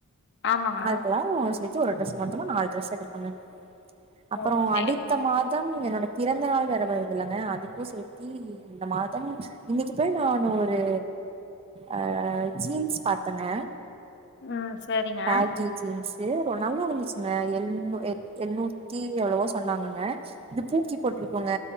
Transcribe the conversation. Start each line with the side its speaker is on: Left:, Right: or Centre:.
Left: ஆமாங்க
Right: அதுக்கெல்லா சேத்து ஒரு ட்ரெஸ் மொத்தமா நாலு ட்ரெஸ் எடுப்பங்க அப்புற
Left: ஓ சேரிங்க
Right: அடுத்த மாதம் என்னோட பிறந்த நாள் வேற வருதுல்லங்க அதுக்கு சேத்தி இந்த மாதம் இன்னிக்கு போய் நானு ஒரு அ ஜீன்ஸ் பாத்தங்க
Left: ம் சேரிங்க
Right: பேகீ ஜீன்ஸு ஒரு நல்லா இருந்துச்சுங்க எள்நூ எழ்நூத்தி எவ்ளவோ சொன்னாங்கங்க இது பூக்கி போட்ருக்குங்க